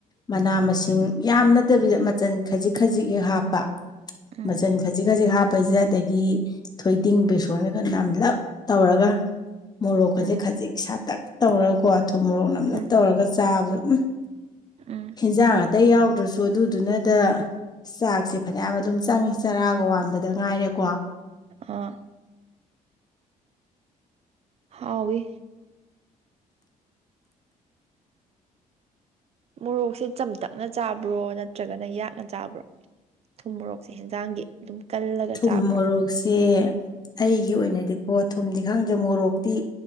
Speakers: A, on the left; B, on the right.
A: ꯃꯅꯥ ꯃꯁꯤꯡ ꯌꯥꯝ ꯅꯠꯇꯕꯤꯗ ꯃꯆꯜ ꯈꯖꯤꯛ ꯈꯖꯤꯛ ꯍꯦꯛ
B: ꯎꯝ
A: ꯍꯥꯞꯄ
B: ꯎꯝ
A: ꯃꯆꯜ ꯈꯖꯤꯛ ꯈꯖꯤꯛ ꯍꯥꯞꯄꯁꯦ ꯑꯗꯒꯤ ꯊꯣꯏꯗꯤꯡ ꯕꯦꯁꯣꯟꯒ ꯑ ꯅꯝꯂꯞ ꯇꯧꯔꯒ ꯃꯣꯔꯣꯛ ꯈꯖꯤꯛ
B: ꯎꯝ
A: ꯈꯖꯤꯛ ꯁꯥꯇꯛ ꯇꯧꯔꯒꯀꯣ ꯊꯨꯝ ꯃꯣꯔꯣꯛ ꯅꯝꯂꯞ
B: ꯎꯝ
A: ꯇꯧꯔꯒ ꯆꯥꯕꯗ ꯎꯝ
B: ꯎꯝ
A: ꯍꯦꯟꯖꯥꯡ ꯑꯇꯩ ꯌꯥꯎꯗ꯭ꯔꯁꯨ ꯑꯗꯨꯗꯨꯅꯗ ꯆꯥꯛꯁꯦ ꯐꯅꯌꯥꯝ ꯑꯗꯨꯝ ꯆꯪꯉꯤ ꯆꯔꯥꯒ ꯋꯥꯕꯗ ꯉꯥꯏꯔꯦꯀꯣ
B: ꯑ ꯍꯥꯎꯋꯤ ꯃꯣꯔꯣꯛꯁꯦ ꯆꯝꯇꯛꯅ ꯆꯥꯕ꯭ꯔꯣ ꯅꯠꯇ꯭ꯔꯒꯅ ꯌꯥꯛꯅ ꯆꯥꯕ꯭ꯔꯣ ꯊꯨꯝ ꯃꯣꯔꯣꯛꯁꯦ ꯍꯟꯖꯥꯡꯒꯤ ꯑꯗꯨꯝ ꯀꯜꯂꯒ
A: ꯊꯨꯝ
B: ꯆꯥꯕ꯭ꯔꯥ
A: ꯃꯣꯔꯣꯛꯁꯦ ꯑꯩꯒꯤ ꯑꯣꯏꯅꯗꯤꯀꯣ ꯊꯨꯝꯗꯤ ꯈꯪꯗ ꯑꯗ ꯃꯣꯔꯣꯛꯇꯤ